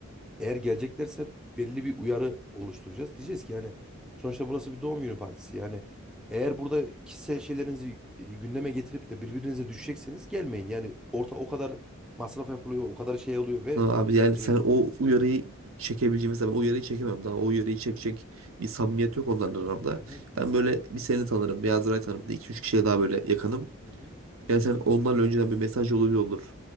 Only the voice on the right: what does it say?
Ha Abi yani
sen o uyarıyı çekebileceğin mesela ben o uyarıyı çekemem daha o uyarıyı çekecek bir samimiyet yok onların aramda.
Ben böyle bir seni tanırım bir Azuray tanırım bir de 2-3 kişiye daha böyle yakınım.
Yani sen onlarla önceden bir mesaj yoluyla olur.